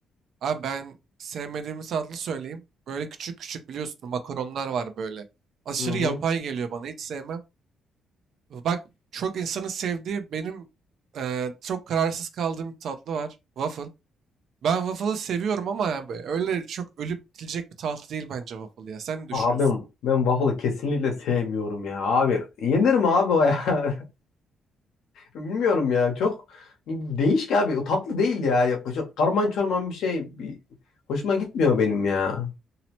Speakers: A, on the right; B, on the left.
A: Abi ben sevmediğimiz tatlı söyleyeyim. Böyle küçük küçük biliyorsun makaronlar var böyle. Aşırı
B: Hı hı.
A: yapay geliyor bana hiç sevmem. Bak çok insanın sevdiği benim e, çok kararsız kaldığım bir tatlı var. Waffle. Ben waffle'ı seviyorum ama yani böyle öyle çok ölüp bitilecek bir tatlı değil bence waffle ya. Sen ne düşünüyorsun?
B: Abi ben ben waffle'ı kesinlikle sevmiyorum ya abi. Yenir mi abi o ya? <laughs> Bilmiyorum ya çok değişik abi. O tatlı değil ya. Yaklaşık karman çorman bir şey. Bir... Hoşuma gitmiyor benim ya.